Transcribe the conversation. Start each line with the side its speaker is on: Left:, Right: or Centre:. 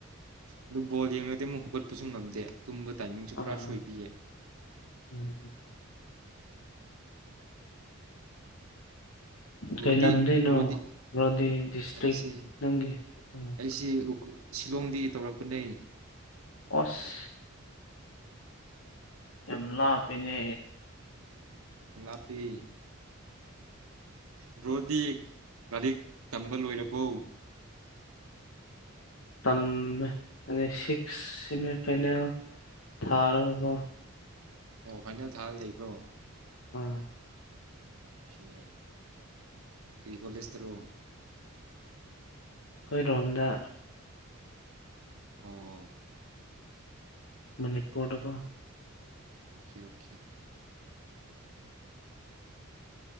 Right: ꯑꯗꯨ ꯕꯣꯜ ꯌꯦꯡꯉꯗꯤ ꯑꯃꯨꯛ ꯍꯧꯒꯠꯄꯁꯨ ꯉꯝꯗꯦ ꯇꯨꯝꯕ ꯇꯥꯏꯃꯤꯡꯁꯨ
Left: ꯑꯥ
Right: ꯄꯨꯔꯥ ꯁꯣꯏꯕꯤꯌꯦ
Left: ꯎꯝ
Right: ꯕ꯭ꯔꯣꯗꯤ
Left: ꯀꯩ ꯂꯝꯗꯩꯅꯣ
Right: ꯕ꯭ꯔꯣꯗꯤ
Left: ꯕ꯭ꯔꯣꯗꯤ ꯗꯤꯁꯇ꯭ꯔꯤꯛ
Right: ꯑꯩꯁꯦ
Left: ꯅꯪꯒꯤ ꯎꯝ
Right: ꯑꯩꯁꯦ ꯎꯈꯨꯜ ꯁꯤꯂꯣꯡꯗꯒꯤ ꯇꯧꯔꯛꯄꯅ‌ꯦ
Left: ꯑꯣꯁ ꯌꯥꯝ ꯂꯥꯞꯄ‌ꯦꯅꯦ
Right: ꯂꯥꯞꯄ‌ꯦ ꯕ꯭ꯔꯣꯗꯤ ꯂꯥꯏꯔꯤꯛ ꯇꯝꯕꯥ ꯂꯣꯏꯔꯕꯣ
Left: ꯇꯝꯃꯦ ꯑꯗꯩ ꯁꯤꯛꯁ ꯁ‌ꯦꯃꯤ ꯐꯥꯏꯅꯦꯜ ꯊꯥꯔꯒꯀꯣ
Right: ꯑꯣ ꯐꯥꯏꯅꯦꯜ ꯊꯥꯔ ꯂꯩꯕ꯭ꯔꯣ
Left: ꯑꯥ
Right: ꯑꯣꯈ‌ꯦ ꯀꯔꯤ ꯀꯣꯂ‌ꯦꯁꯇꯔꯣ
Left: ꯈꯣꯏꯔꯣꯝꯗꯥ
Right: ꯑꯣ
Left: ꯃꯅꯤꯄꯨꯔ ꯗꯥꯀ‌ꯣ
Right: ꯑꯣꯈ‌ꯦ ꯑꯣꯈ‌ꯦ